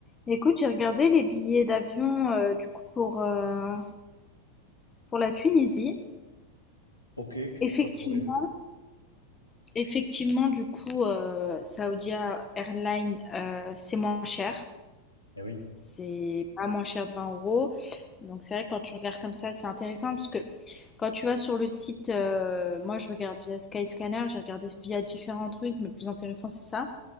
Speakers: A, on the left; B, on the left.
A: Écoute, j'ai regardé les billets d'avion euh, du coup pour, euh, pour la Tunisie.
B: Ok, qu'est-ce
A: Effectivement,
B: que t'as trouvé?
A: effectivement, du coup, euh, Saoudia Airlines, euh, c'est moins cher.
B: Eh oui.
A: C'est pas moins cher de 20 euros. Donc c'est vrai que quand tu regardes comme ça, c'est intéressant parce que quand tu vas sur le site, euh, moi je regarde via Skyscanner, j'ai regardé via différents trucs, mais le plus intéressant c'est ça.